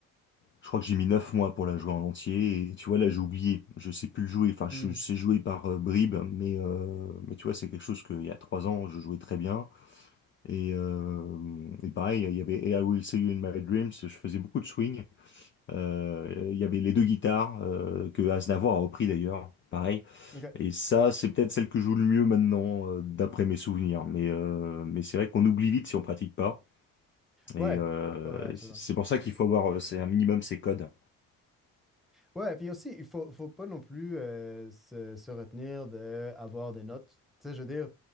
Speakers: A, on the left; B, in the centre.
A: je crois que j'ai mis neuf mois pour la jouer en entier. Et tu vois, là, j'ai oublié. Je sais plus le jouer. Enfin,
B: Hmm.
A: je sais jouer par euh, bribes, mais, euh, mais tu vois, c'est quelque chose qu'il y a trois ans, je jouais très bien. Et, euh, et pareil, il y avait Hey, I Will See You in My Dreams. Je faisais beaucoup de swing. Euh, Il y avait les deux guitares euh, que Aznavour a repris d'ailleurs, pareil.
B: OK.
A: Et ça, c'est peut-être celle que je joue le mieux maintenant, euh, d'après mes souvenirs. Mais euh, mais c'est vrai qu'on oublie vite si on pratique pas. Et
B: Ouais.
A: euh,
B: Ouais, ouais, absolument.
A: c'est c'est pour ça qu'il faut avoir, euh, c'est un minimum ces codes.
B: Ouais, puis aussi, il faut, faut pas non plus euh, se, se retenir d'avoir des notes. Tu sais, je veux dire,